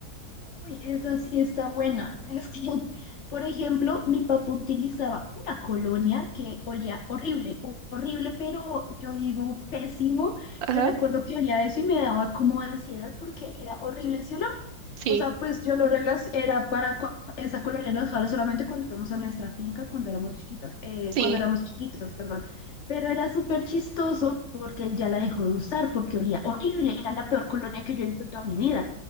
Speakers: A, on the left; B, on the right.
A: Uy, esa sí está buena. Es que, <laughs> por ejemplo, mi papá utilizaba una colonia que olía horrible, ho- horrible, pero yo digo pésimo.
B: Ajá,
A: Yo recuerdo que olía eso y me daba como ansiedad porque era horrible ese olor.
B: sí,
A: O sea, pues yo lo relac era para cua- esa colonia la usaba solamente cuando íbamos a nuestra finca cuando éramos chiquitas, eh,
B: sí,
A: cuando éramos chiquitos, perdón. Pero era súper chistoso porque él ya la dejó de usar porque olía horrible. Era la peor colonia que yo he visto en toda mi vida